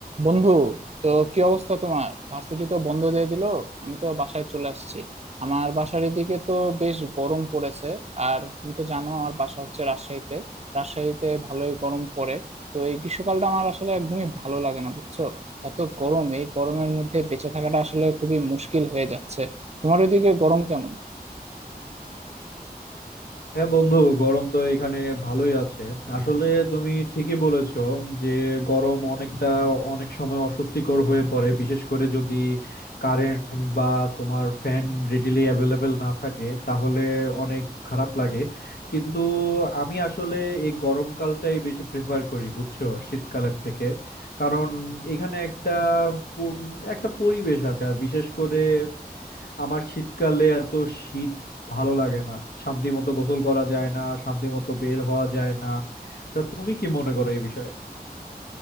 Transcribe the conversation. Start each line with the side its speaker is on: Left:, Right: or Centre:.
Right: বন্ধু তো কি অবস্থা তোমার ভার্সিটি তো বন্ধ দিয়ে দিল আমি তো বাসায় চলে আসছি আমার বাসার এদিকে তো বেশ গরম পড়েছে আর তুমি তো জানো আমার বাসা হচ্ছে রাজশাহীতে রাজশাহীতে ভালোই গরম পড়ে তো এই গ্রীষ্মকালটা আমার আসলে একদমই ভালো লাগে না বুঝছো এত গরম এই গরমের মধ্যে বেঁচে থাকাটা আসলে খুবই মুশকিল হয়ে যাচ্ছে তোমার ওইদিকে গরম কেমন
Left: হ্যাঁ বন্ধু গরম তো এখানে ভালোই আছে আসলে তুমি ঠিকই বলেছো যে গরম অনেকটা অনেক সময় অস্বস্তিকর হয়ে পড়ে বিশেষ করে যদি কারেন্ট বা তোমার ফ্যান রেডিলি অ্যাভেলেবেল না থাকে তাহলে অনেক খারাপ লাগে কিন্তু আমি আসলে এই গরমকালটাই বেশি প্রেফার করি বুঝছো শীতকালের থেকে কারণ এখানে একটা প- একটা পরিবেশ আছে আর বিশেষ করে আমার শীতকালে এত শীত ভালো লাগে না শান্তি মতো গোসল করা যায় না শান্তি মতো বের হওয়া যায় না তা তুমি কি মনে করো এই বিষয়ে